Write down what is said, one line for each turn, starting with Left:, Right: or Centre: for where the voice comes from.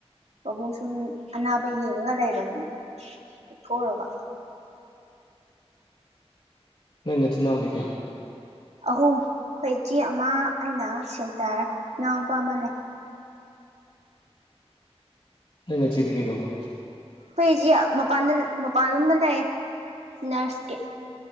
Right: ꯄꯥꯕꯨꯡ ꯁꯨꯝ ꯑꯅꯥꯕ ꯌꯦꯡꯉꯒ ꯂꯩꯕꯅꯤꯅ ꯇꯣꯛꯊꯣꯛꯔꯕ
Left: ꯅꯣꯏ ꯅꯆꯤꯟ ꯅꯅꯥꯎꯗꯤ ꯀꯌꯥ
Right: ꯑꯍꯨꯝ ꯑꯩꯈꯣꯏ ꯏꯆꯦ ꯑꯃ ꯑꯩꯅ ꯁꯦꯟꯇꯔ ꯏꯅꯥꯎꯄꯥ ꯑꯃ ꯂꯩ
Left: ꯅꯣꯏ ꯅꯆꯦꯗꯤ ꯀꯩꯗꯧꯕ
Right: ꯈꯣꯏ ꯏꯖꯦ ꯄꯥꯟꯗ ꯃꯄꯥꯟꯂꯣꯝꯗ ꯂꯩꯌꯦ ꯅꯔꯁꯀꯤ